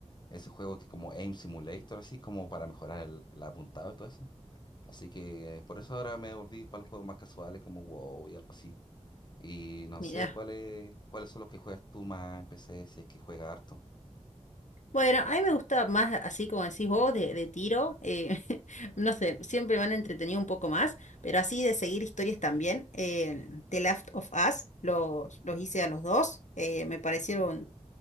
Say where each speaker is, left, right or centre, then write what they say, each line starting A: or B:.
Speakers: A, on the left; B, on the left.
A: ese juego que es como Aim Simulator, así como para mejorar el, el apuntado y todo eso. Así que por eso ahora me volví para los juegos más casuales como WoW y algo así. Y no
B: Mirá.
A: sé cuáles cuáles son los que juegas tú más en PC, si es que juega harto.
B: Bueno, a mí me gusta más, así como decís vos, de, de tiro. eh, <laughs> no sé, siempre me han entretenido un poco más, pero así de seguir historias también. eh, The Last of Us, los, los hice a los dos. eh, me parecieron